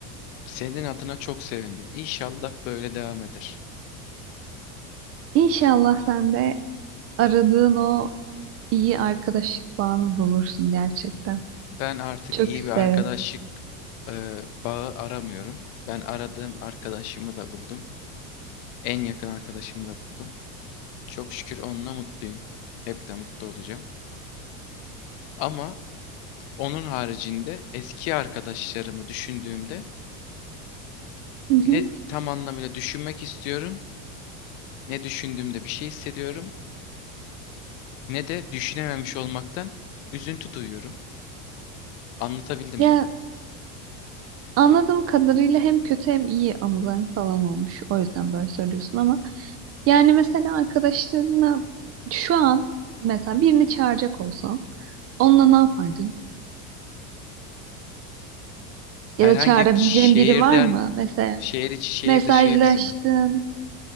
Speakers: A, on the left; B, on the right.
A: Senin adına çok sevindim. İnşallah böyle devam eder.
B: İnşallah sen de aradığın o iyi arkadaşlık bağını bulursun gerçekten.
A: Ben artık
B: Çok
A: iyi
B: isterim.
A: bir arkadaşlık e, bağı aramıyorum. Ben aradığım arkadaşımı da buldum. En yakın arkadaşımı da buldum. Çok şükür onunla mutluyum. Hep de mutlu olacağım. Ama onun haricinde eski arkadaşlarımı düşündüğümde
B: Hı hı.
A: ne tam anlamıyla düşünmek istiyorum, ne düşündüğümde bir şey hissediyorum, ne de düşünememiş olmaktan üzüntü duyuyorum. Anlatabildim
B: Ya
A: mi?
B: anladığım kadarıyla hem kötü hem iyi anıların falan olmuş. O yüzden böyle söylüyorsun ama yani mesela arkadaşlarına şu an mesela birini çağıracak olsan onunla ne yapardın?
A: Herhangi
B: Ya da çağırabileceğin
A: bir şehirden,
B: biri var mı? Mesela
A: şehir içi, şehir
B: mesajlaştın.
A: dışı hepsi mi?